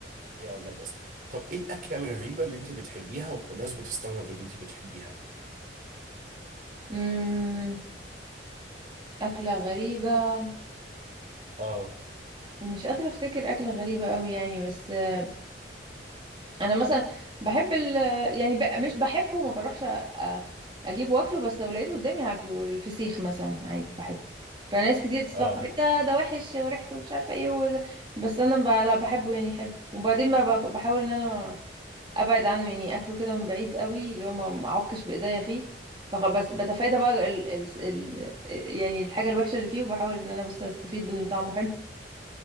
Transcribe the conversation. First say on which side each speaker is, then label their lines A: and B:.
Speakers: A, on the right; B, on the right.
A: يلا بس طب ايه الاكله الغريبه اللي انت بتحبيها والناس بتستغرب ان انت بتحبيها
B: امم أكلة غريبة
A: اه
B: مش قادرة أفتكر أكلة غريبة أوي يعني بس آه، أنا مثلا بحب ال يعني ب- مش بحبه وما بروحش أ- أجيب وأكله بس لو لقيته قدامي هاكله الفسيخ مثلا عادي بحبه فناس كتير تستغرب
A: اه
B: إيه ده ده وحش وريحته مش عارفة إيه وز- بس أنا ب... لا بحبه يعني حلو وبعدين ب... ب- بحاول إن أنا ابعد عنه يعني اكله كده من بعيد قوي اللي هو ما ما اعكش بايديا فيه فخ- بس بتفادى بقى ال ال ال يعني الحاجه الوحشه اللي فيه وبحاول ان انا بس استفيد من طعمه حلو